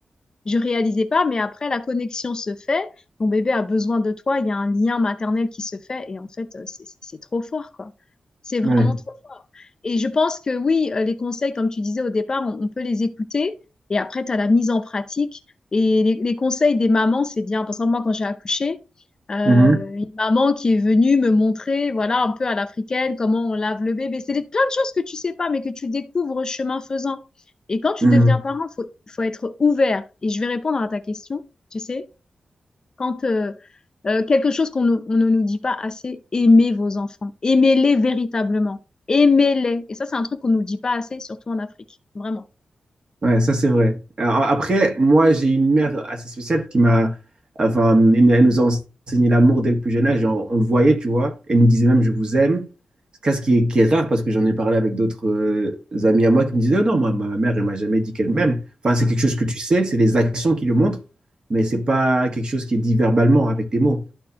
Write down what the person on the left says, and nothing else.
je réalisais pas, mais après, la connexion se fait. Ton bébé a besoin de toi. Il y a un lien maternel qui se fait. Et en fait, euh, c'est c'est trop fort, quoi. C'est vraiment
trop fort. Et je pense que oui, euh, les conseils, comme tu disais au départ, on, on peut les écouter. Et après, tu as la mise en pratique. Et les, les conseils des mamans, c'est bien. Par exemple, moi, quand j'ai accouché, euh,
une maman qui est venue me montrer, voilà, un peu à l'africaine, comment on lave le bébé. C'est des- plein de choses que tu sais pas, mais que tu découvres chemin faisant. Et quand tu
deviens parent, il faut, faut être ouvert. Et je vais répondre à ta question, tu sais, quand euh, euh, quelque chose qu'on ne, on ne nous dit pas assez, aimez vos enfants, aimez-les véritablement, aimez-les. Et ça, c'est un truc qu'on ne nous dit pas assez, surtout en Afrique, vraiment.